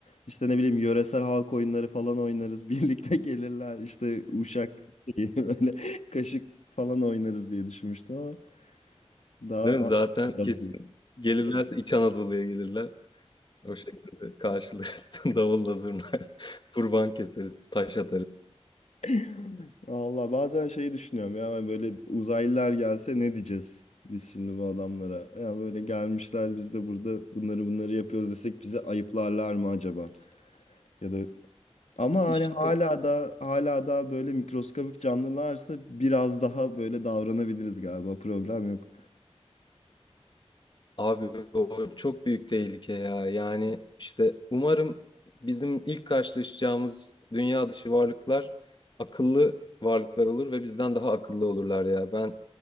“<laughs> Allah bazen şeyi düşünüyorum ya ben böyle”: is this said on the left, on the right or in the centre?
Left